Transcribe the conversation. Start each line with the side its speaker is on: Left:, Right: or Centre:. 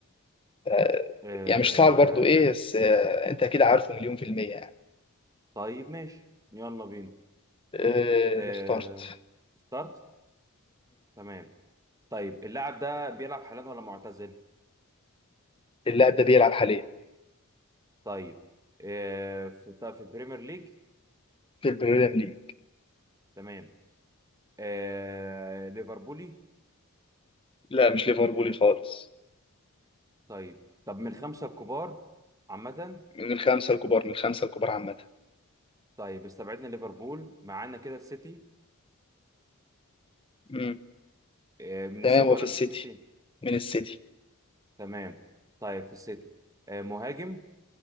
Left: آه،
Right: أه...
Left: يعني مش صعب برضو ايه بس آه، انت اكيد عارفه مليون في المية يعني
Right: طيب ماشي يلا بينا
Left: آه،
Right: أه...
Left: اخترت
Right: اخترت تمام طيب اللاعب ده بيلعب حاليا ولا معتزل
Left: اللاعب ده بيلعب حاليا
Right: طيب أه... في طب في البريمير ليج
Left: في البريمير ليج
Right: تمام أه... ليفربولي
Left: لا مش ليفربولي خالص
Right: طيب طب من الخمسة الكبار عامة
Left: من الخمسة الكبار من الخمسة الكبار عامة
Right: طيب استبعدنا ليفربول معانا كده السيتي
Left: امم
Right: آه، من
Left: تمام
Right: السيتي
Left: وفي
Right: ولا
Left: السيتي
Right: مش في السيتي؟
Left: من السيتي
Right: تمام طيب في السيتي آه، مهاجم